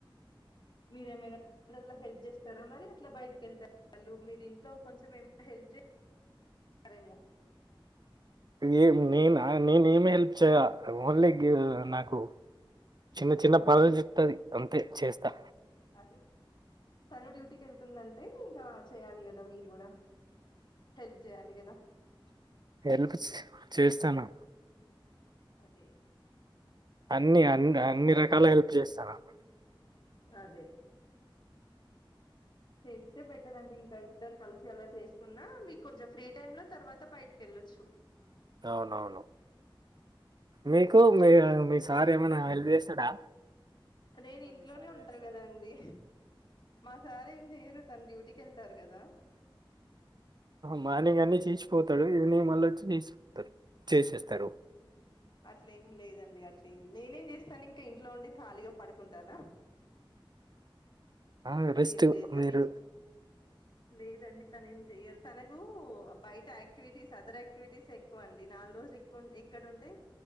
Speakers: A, on the left; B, on the right.
A: మీరేమైనా పిల్లలకి హెల్ప్ చేస్తారా మరి అట్లా బయటకి వెళ్తారా వాళ్ళు మీరు ఇంట్లో కొంచెం ఏమైన హెల్ప్ చేస్తారేమో
B: నేం నేనా నేం ఏం హెల్ప్ చెయ ఓన్లీ నాకు చిన్న చిన్న పనులు చెప్తది అంతే చేస్తా
A: అదే తను డ్యూటీకి వెళ్తుందంటే ఇంకా చేయాలి కదా మీరు కూడ హెల్ప్ చేయాలి గదా
B: హెల్ప్ చేస్తాను
A: అదే
B: అన్ని అన్ని
A: అవ్-
B: అన్ని రకాల హెల్ప్ చేస్ స్త <unintelligible>
A: అదే చేస్తే బెటర్ అండి ఇంకా ఇద్దరు కలిసి అలా చేసుకున్నా మీకు కొంచెం ఫ్రీ టైమ్ లో తర్వాత బయటికి వెళ్ళొచ్చు
B: అవునవును మీకు మీ మీ సార్ ఏమైనా హెల్ప్ చేస్తడా
A: నేను ఇంట్లోనే ఉంటాను కదా అండి మా సారేం చెయ్యరు తన డ్యూటీకి కెళ్తారు కదా
B: మార్నింగ్ అన్ని చేసి పోతాడు ఈవినింగ్ మళ్ళీచ్చి తీసిపోతాడు చేసేస్తారు
A: అట్ల ఏమి లేదండి అట్లేమి నేనేం చేస్తాను ఇంకా ఇంట్లో ఉండి ఖాళీగా పడుకుంటానా
B: ఆ రెస్ట్
A: లేదు లేదు తనే
B: మీరు
A: లేదండి తను ఏం చెయరు తనకు బయట యాక్టివిటీస్ అదర్ యాక్టివిటీస్ ఎక్కువ అండి నాలుగు రోజులుక్కు ఇక్కడంటే